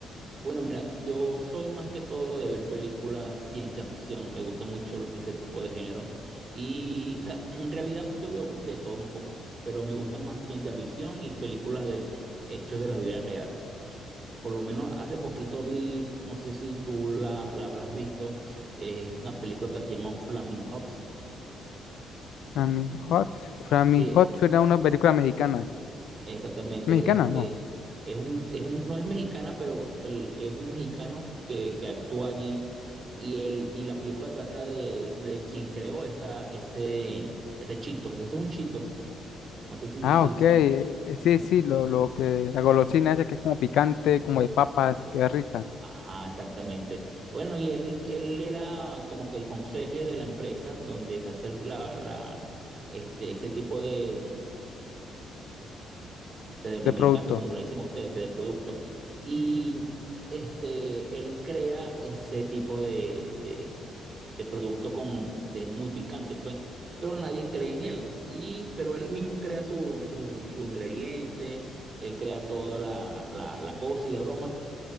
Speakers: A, on the right; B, on the left.
A: Bueno, mira, yo soy más que todo de ver películas ciencia ficción, me gusta mucho ese tipo de género y, o sea, en realidad yo veo de todo un poco, pero me gusta más ciencia ficción y películas de hechos de la vida real. Por lo menos hace poquito vi, no sé si tú la, la habrás visto, eh, una película que se llama Flaming Hawks.
B: Flaming Hot. Flaming
A: Sí,
B: Hot suena a una película mexicana.
A: Exactamente,
B: ¿Mexicana?
A: este,
B: No.
A: es un, es un, no es mexicana, pero el- es un mexicano que, que actúa allí y, el, y la película trata de, de quien creó esa, ese, ese Cheetos, es un Cheetos, no sé si,
B: Ah,
A: si
B: ok.
A: sabes.
B: eh, Sí,
A: sí.
B: sí, lo, lo que, la golosina esa que es como picante, como de papas, que es rica,
A: Ajá, exactamente. Bueno, y él, él era como que el conserje de la empresa donde se hace la, la- este, ese tipo de, de, de
B: de
A: mercado,
B: producto.
A: como lo dicen ustedes, de producto, y este, él crea ese tipo de, de, de producto con, de muy picante, pues, pero nadie cree en él, y, pero él mismo crea su, su, su ingrediente, él crea toda la, la, la cosa y la broma,